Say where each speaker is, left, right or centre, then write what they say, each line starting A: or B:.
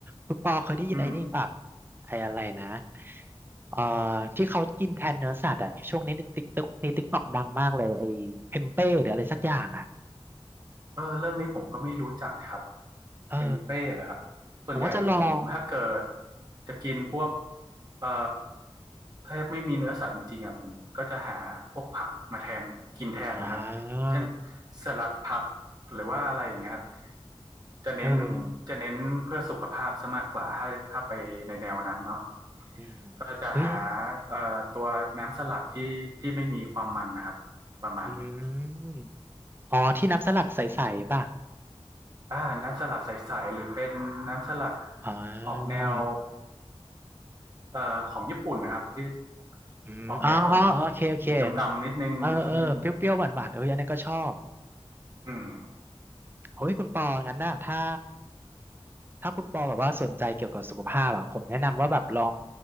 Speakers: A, on the right; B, on the right.
A: คุณปอเคยได้ยินไอ้นี่ป่ะ
B: อืม
A: ไอ้อะไรนะเอ่อที่เขากินแทนเนื้อสัตว์อ่ะช่วงนี้ในติ๊กต็อกในติ๊กต็อกดังมากเลยไอ้เทมเป้หรืออะไรสักอย่างอ่ะ
B: เออเรื่องนี้ผมก็ไม่รู้จักครับ
A: เออ
B: เทมเป้เหรอครับส่วนใหญ่ผมถ้าเกิด
A: ผมว่าจะลอง
B: จะกินพวกเอ่อถ้าไม่มีเนื้อสัตว์จริงๆอ่ะผมก็จะหาพวกผักมาแทนกินแทนนะครับเช่น
A: อ่า
B: สลัดผักหรือว่าอะไรอย่างเงี้ยครับจะเน้น
A: เออ
B: จะเน้นเพื่อสุขภาพซะมากกว่าถ้าถ้าไปในแนวนั้นเนาะ
A: อืม
B: ก็จะหา
A: เฮ้ย
B: เอ่อตัวน้ำสลัดที่ที่ไม่มีความมันนะครับประมาณนั้น
A: อืมอ๋อที่น้ำสลัดใสๆป่ะ
B: อ่าน้ำสลัดใสๆหรือเป็นน้ำสลัด
A: อ่า
B: ออกแนวเอ่อของญี่ปุ่นนะครับที่
A: อืมอ๋ออ๋อโอเคโอเค
B: ออกแนวสีดำๆนิดนึงอืม
A: เออเออเปรี้ยวๆหวานๆเอออันนี้ก็ชอบ
B: อืม
A: เฮ้ย คุณปองั้นน่ะถ้า ถ้าคุณปอแบบว่าสนใจเกี่ยวกับสุขภาพอะผมแนะนำว่าแบบลอง